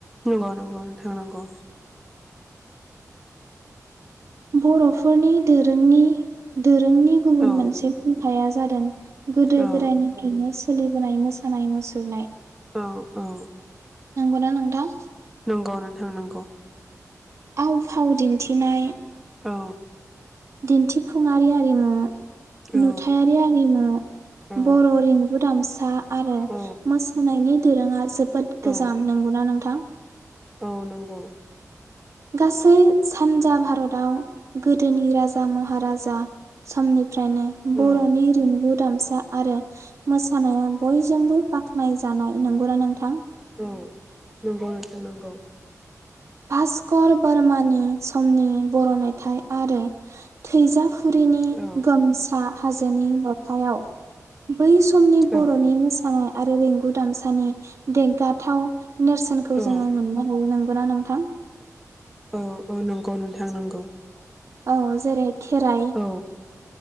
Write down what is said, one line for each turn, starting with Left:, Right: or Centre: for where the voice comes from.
Centre: नंगौ नंगौ नोंथां नंगौ।
Right: बर'फोरनि दोरोंनि जोंनि गुबुन
Centre: औ
Right: मोनसे फुंखाया जा जादों गोदो
Centre: औ
Right: गोदायनिफ्रायनो सोलिबोनाय मोसानाय मुसुरनाय
Centre: औ औ
Right: नंगौना नोंथां?
Centre: नंगौ नोंथां नंगौ।
Right: आव फाव दिन्थिनाय
Centre: औ
Right: दिन्थिफुंआरि आरिमु
Centre: औ
Right: नुथायारि आरिमु
Centre: औ
Right: बर' रिंगु दामसा आरो
Centre: औ
Right: मोसानायनि दोरोङा जोबोद
Centre: औ
Right: गोजाम नंगौना नोंथां।
Centre: औ नंगौ
Right: गासै सानजा भारताव गोदोनि राजा महाराजा समनिफ्रायनो
Centre: औ
Right: बर'नि रिंगु दामसा आरो मोसानाया बयजोंबो बाख्नाय जानाय नंगौना नोंथां।
Centre: औ नंगौ नोंथां नंगौ।
Right: भास्कर बार्मानि समनि बर' मेथाइ आरो थैजाफुरिनि
Centre: औ
Right: गोमसा हाजोनि रथायाव बै समनि बर'नि
Centre: औ
Right: मोसानाय आरो रिंगु दामसानि देंगाथाव नेरसोनखौ
Centre: औ
Right: जोङो मोननो हायो नांगौ। <unintelligible> नों थां।
Centre: औ औ नंगौ नोंथां नंगौ।
Right: औ जेरै खेराइ
Centre: औ